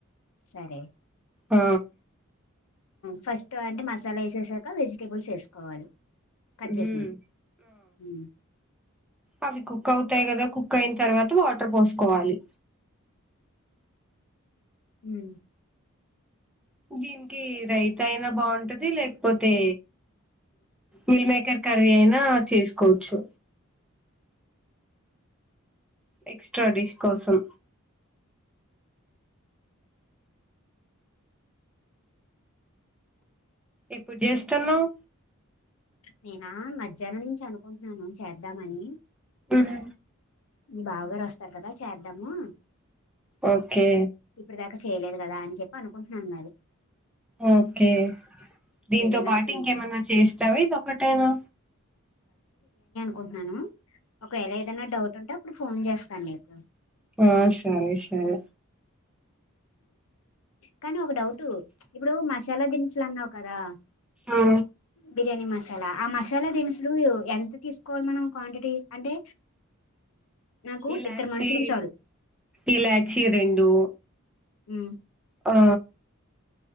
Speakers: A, on the left; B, in the centre.
A: సరే
B: ఆ
A: ఫస్ట్ అంటే మసాలా వేసేసాక వెజిటేబుల్స్ వేసుకోవాలి కట్ చేసినవి
B: ఊమ్
A: ఉమ్
B: ఆ కుక్ అవుతాయి కదా కుక్ అయిన తర్వాత వాటర్ పోసుకోవాలి
A: ఉహ్
B: దీనికి రైత అయినా బాగుంటది లేకపోతే మిల్ మేకర్ కర్రీ అయినా చేసుకోవచ్చు ఎక్స్ట్రా డిష్ కోసం ఎప్పుడు చేస్తున్నావ్
A: నేనా మధ్యాహ్నం నుంచి అనుకుంటున్నాను చేద్దామని
B: ఉహు
A: మీ బావుగారు వస్తారు కదా చేద్దాము
B: ఓకే
A: ఇప్పడి దాకా చేయలేదు గదా అని చెప్పి అనుకుంటున్నాను మరి
B: ఓకే దీంతో
A: ఏదైనా
B: పాటు
A: చేసి
B: ఇంకేమన్న చేస్తావ ఇదికటేనా
A: కుంటున్నాను ఒకవేళ ఏదైనా డౌట్ ఉంటే అప్పుడు ఫోన్ జేస్తా నీకు
B: ఆ సరే సరె
A: కానీ ఒక డౌట్ ఇప్పుడు మసాలా దినుసులు అన్నావు కదా
B: ఆ
A: బిర్యాని మసాలా ఆ మసాలా దిన్సులు ఎన్ తే తీసుకోవాలి మనం క్వాంటిటీ అంటే నాకు
B: ఇలాచీ
A: ఇద్దరు మనుషులకు చాలు
B: ఇలాచి రెండు
A: ఉ
B: ఆ